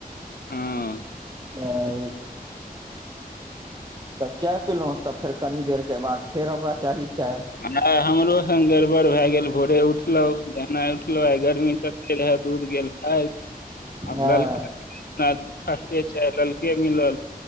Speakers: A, on the left; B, on the right.
A: ह ह्म
B: तब तब चाय पीलहुँ तब फेर कनि देरके बाद फेर हमरा चाही चाय
A: नहि हमरो सङ् गड़बड़ भए गेल भोरे उठलहुँ एनाइ उठलो आ गर्मी तते रहे दूध गेल फाट आब
B: हँ
A: लल फिर्श्ते ललके मिलल